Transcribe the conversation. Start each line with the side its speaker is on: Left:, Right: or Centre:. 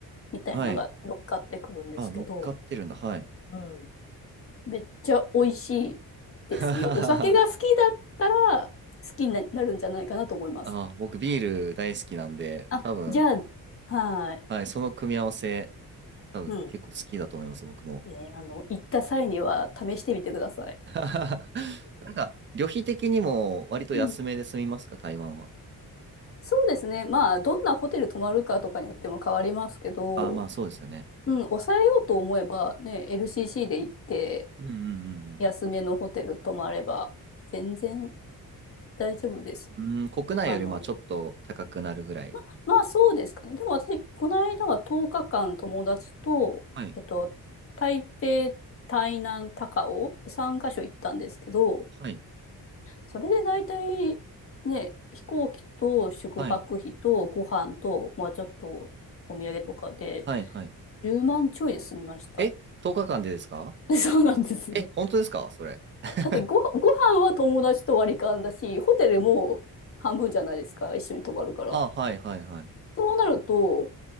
Left: みたいのが乗っかってくるんですけど、
Right: あ、はい。あ、乗っかってるんだ。はい。
Left: うん。めっちゃ美味しいですよ。
Right: <laughs> あ
Left: お酒が好きだったら好きになるんじゃないかなと思います。
Right: ー、僕ビール大好きなんで、
Left: あ、
Right: 多分、
Left: じゃあ、はい。
Right: はい、その組み合わせ、多分結構好きだと思います、
Left: うん。
Right: 僕も。
Left: ね、あの、行った際には試してみてください。
Right: <laughs> なんか、旅費的にも割と安めで済みますか、
Left: うん。
Right: 台湾は。
Left: そうですね。まあ、どんなホテル泊まるかとかによっても変わりますけど、
Right: ああまあそうですよね。
Left: うん、抑えようと思えばね、LCC で行って、
Right: うんう
Left: 安めのホテル泊まれば全然
Right: ん
Left: 大丈夫です。
Right: うんうん。うん、国内よりまあちょっと高くなるぐらい。
Left: あの、ま、まあそうですかね。でも私、この間は10日間友達と、
Right: はい。
Left: えっと、台北、台南、高雄、3カ所行ったんですけど、
Right: はい。
Left: それで大体ね、飛行機と宿泊費とご飯と、
Right: はい。
Left: まあちょっとお土産とかで
Right: はい。はい。
Left: 10万ちょいで済みました。
Right: え、10日間でですか
Left: <laughs> そうなんですよ。
Right: え、本当ですかそれ。<laughs>
Left: だってご、ご飯は友達と割り勘だし、ホテルも半分じゃないですか、一緒に泊まるから。
Right: あ、はいはいはい。
Left: そうなると、